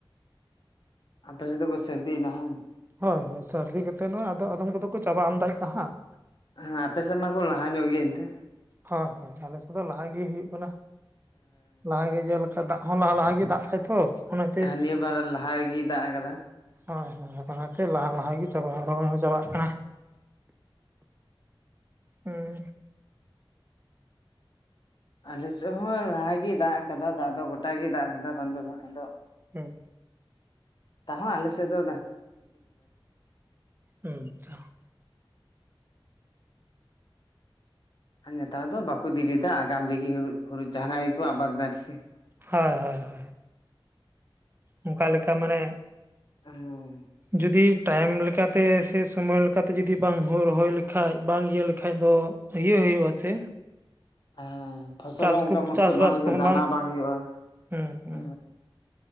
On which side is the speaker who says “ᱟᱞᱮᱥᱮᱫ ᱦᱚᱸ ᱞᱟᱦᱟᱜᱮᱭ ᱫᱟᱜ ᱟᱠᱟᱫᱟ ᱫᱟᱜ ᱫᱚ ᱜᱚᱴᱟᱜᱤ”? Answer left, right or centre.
Left